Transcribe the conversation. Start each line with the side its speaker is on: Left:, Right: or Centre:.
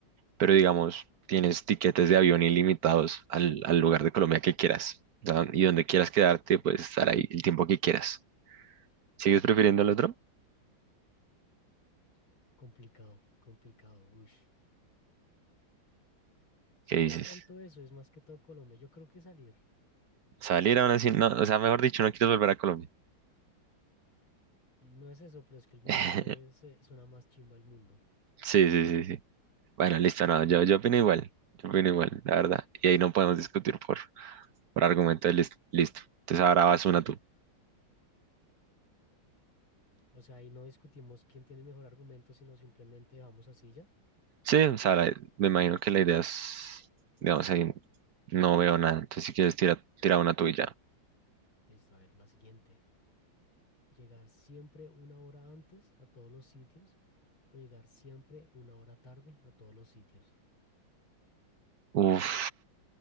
Right: pero digamos, tienes tiquetes de avión ilimitados al, al lugar de Colombia que quieras. O sea, y donde quieras quedarte, puedes estar ahí el tiempo que quieras. ¿Sigues prefiriendo el otro?
Left: <laughs> Complicado, complicado, uy. Es
Right: ¿Qué
Left: que
Right: dices?
Left: no es tanto eso, es más que todo Colombia. Yo creo que salir,
Right: Salir aún así, no, o sea, mejor dicho, no quieres volver a Colombia.
Left: no es eso, pero es que el mundo
Right: <laughs>
Left: es, eh, suena más chimba el mundo.
Right: Sí, sí, sí, sí. Bueno, listo, no, yo, yo opino igual, yo opino igual, la verdad. Y ahí no podemos discutir por, por argumento de lis- listo. Entonces ahora vas una tú.
Left: O sea, ahí no discutimos quién tiene el mejor argumento, sino simplemente dejamos así ya.
Right: Sí, o sea, la- me imagino que la idea es, digamos, ahí no veo nada. Entonces, si quieres, tira, tira una tuya.
Left: Listo, a ver, la siguiente. llegar siempre una hora antes a todos los sitios o llegar siempre una hora tarde a todos los sitios.
Right: Uf,